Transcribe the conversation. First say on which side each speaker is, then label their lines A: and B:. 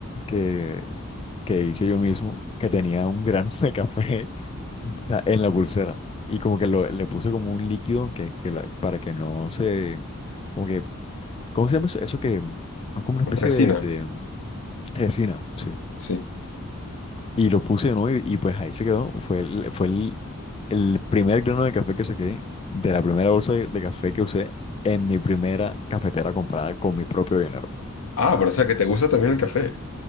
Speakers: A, on the left; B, on the left.
A: que, que hice yo mismo, que tenía un grano de café da- en la pulsera. Y como que lo- le puse como un líquido que, que la- para que no se... Como que, ¿cómo se llama eso? Eso que es como una especie
B: Resina,
A: de, de resina, sí.
B: sí.
A: Y lo puse, ¿no? Y, y pues ahí se quedó. Fue el, fue el, el primer grano de café que saqué de la primera bolsa de, de café que usé en mi primera cafetera comprada con mi propio dinero.
B: Ah, pero o sea que te gusta también el café.